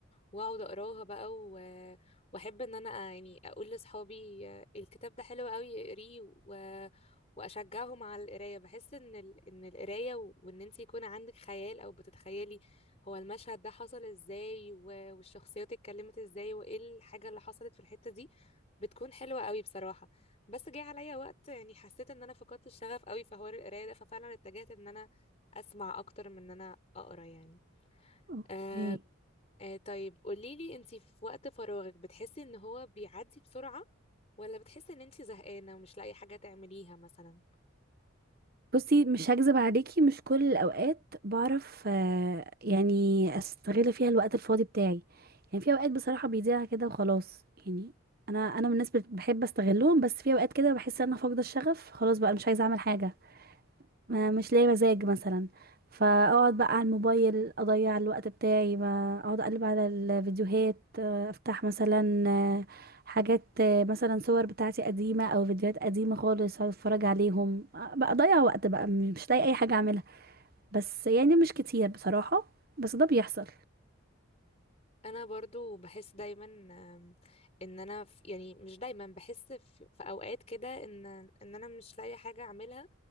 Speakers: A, on the left; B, on the right.
A: واقعد اقراها بقى و... واحب ان انا أ- يعني اقول لاصحابي الكتاب ده حلو قوي اقريه و... واشجعهم على القرايه بحس ان ال... ان القرايه و... وان انت يكون عندك خيال او بتتخيلي هو المشهد ده حصل ازاي و... والشخصيات اتكلمت ازاي وايه الحاجه اللي حصلت في الحته دي بتكون حلوه قوي بصراحه بس جه عليا وقت يعني حسيت ان انا فقدت الشغف قوي في حوار القرايه ده ففعلا اتجهت ان انا اسمع اكتر من ان انا اقرا يعني
B: اوكي
A: آه، آه طيب قوليلي انتي في وقت فراغك بتحسي ان هو بيعدي بسرعة ولا بتحسي ان انتي زهقانة ومش لاقي حاجة تعمليها مثلا
B: بصي مش هكذب عليكي مش كل الاوقات بعرف آه، يعني استغل فيها الوقت الفاضي بتاعي يعني في اوقات بصراحه بيضيع كده وخلاص يعني انا انا من الناس بت- بحب استغلهم بس في اوقات كده بحس ان انا فاقده الشغف خلاص بقى مش عايزه اعمل حاجه ما مش لاقي مزاج مثلا فاقعد بقى على الموبايل اضيع الوقت بتاعي ما اقعد اقلب على الفيديوهات آه، افتح مثلا آه، حاجات آه، مثلا صور بتاعتي قديمة او فيديوهات قديمة خالص اقعد اتفرج عليهم آه، بقى اضيع وقت بقى م- مش لاقي اي حاجة اعملها بس يعني مش كتير بصراحة بس ده بيحصل
A: انا برضو بحس دايما آم، ان انا في يعني مش دايما بحس في, في اوقات كده ان ان انا مش لاقي حاجة اعملها